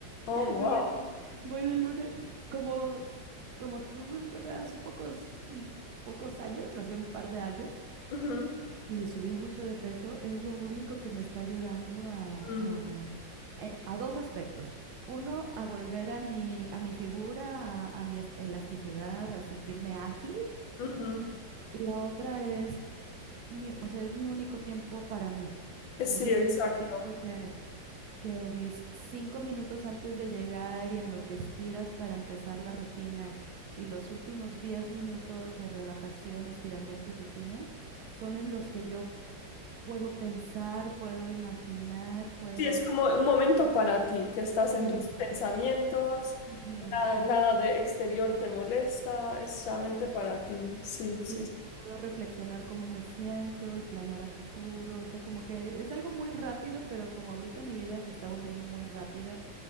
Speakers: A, on the left; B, on the right.
A: Oh, wow.
B: Voy de, voy de lunes, como, como tuve un bebé hace pocos, mm, pocos años, hace un par de años,
A: Ujú,
B: y subí mucho de peso, es lo único que me está ayudando a,
A: mm,
B: a, eh, a dos aspectos. Uno, a volver a mi, a mi figura, a, a mi es- elasticidad, a sentirme ágil.
A: ujú.
B: Y la otra es mi, o sea, es mi único tiempo para mí.
A: Eh,
B: Es
A: Sí,
B: el
A: exacto.
B: único tiempo que que mis cinco minutos antes de llegar y en lo que estiras para empezar la rutina y los últimos diez minutos de relajación, estiramiento y rutina son en los que yo puedo pensar, puedo imaginar, puedo,
A: Sí, es como un momento para ti, que estás
B: sí,
A: en tus pensamientos,
B: ujú,
A: nada, nada de exterior te molesta, es solamente
B: ujú,
A: para ti. Sí,
B: sí,
A: sí, sí.
B: puedo reflexionar cómo me siento y planear a futuro, o sea, como que es algo muy rápido, pero como ahorita mi vida se está volviendo muy rápida